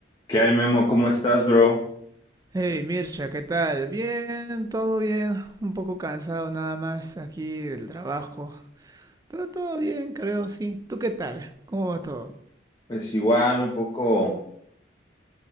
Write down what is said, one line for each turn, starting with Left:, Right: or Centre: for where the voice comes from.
Left: ¿Qué hay, Memo? ¿Cómo estás, bro?
Right: Hey Mircha, ¿qué tal? Bien, todo bien. Un poco cansado nada más aquí del trabajo. Pero todo bien, creo, sí. ¿Tú qué tal? ¿Cómo va todo?
Left: Pues igual, un poco